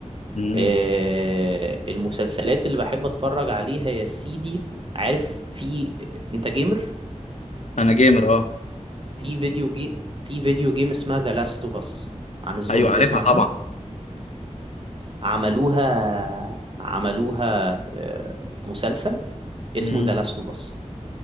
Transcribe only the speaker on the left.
مم.
أنا جيمر أه
أيوه عارفها
طبعا
مم.